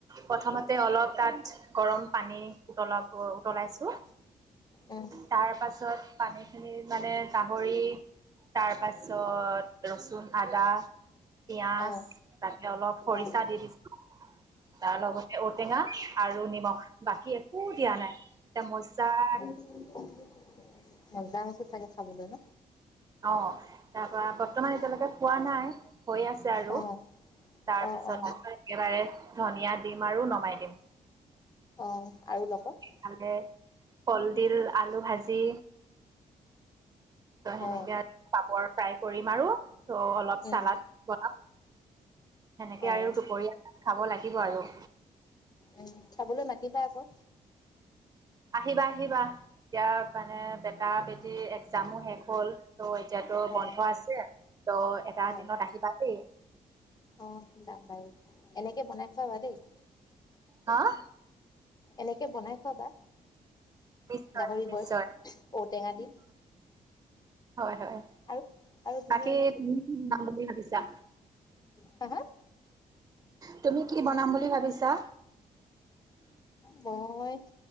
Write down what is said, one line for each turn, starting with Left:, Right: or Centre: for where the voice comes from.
Right: প্ৰথমতে অলপ তাত গৰম পানী উতলাব উতলাইছো।
Left: উম
Right: তাৰ পাছত পানী খিনি মানে গাহৰি তাৰ পাছত ৰচুন আদা পিঁয়াজ
Left: অ অ
Right: বাকী অলপ
Left: উম
Right: খৰিচা দি দিছো। তাৰ লগতে ঔটেঙা আৰু নিমখ বাকী একো দিয়া নাই। এ মজাকে
Left: উ <unintelligible> মজা হৈছে চাগে খাবলৈ ন?
Right: অ', তাৰপৰা বৰ্তমান এতিয়ালৈকে খোৱা নাই হৈ আছে আৰু।
Left: অ
Right: তাৰ
Left: অ
Right: পিছত
Left: অ
Right: আকৌ একেবাৰে ধনিয়া দিম আৰু নমাই দিম।
Left: অ' আৰু লগত?
Right: ইফালে কলদিল আলু ভাজি ত সেনেকে।
Left: অ
Right: আৰু ফ্ৰাই কৰিম আৰু চ' অলপ
Left: উম
Right: চালাড বনাম সেনেকে
Left: অ
Right: আৰু দুপৰীয়া সাজ খাব লাগিব আৰু।
Left: উম, খাবলৈ মাতিবা আকৌ?
Right: আহিবা আহিবা। এতিয়া মানে বেটা বেটিৰ একজামো শেষ হ'ল, ত' এতিয়াতো বন্ধ
Left: অ'।
Right: আছে। ত এটা
Left: হয়,
Right: দিনত আহিবা দেই।
Left: অ' যাম বাৰু। এনেকে বনাই খোৱাবা দেই।
Right: হাঁ?
Left: এনেকে বনাই খোৱাবা।
Right: নিশ্চয়
Left: গাহৰি
Right: নিশ্চয়।
Left: বইল, ঔটেঙা দি
Right: হয় হয়।
Left: আৰু আৰু তুমি
Right: বাকী
Left: এনে
Right: তুমি কি বনাম বুলি ভাবিছা?
Left: হাঁ হাঁ।
Right: তুমি কি বনাম বুলি ভাবিছা?
Left: মই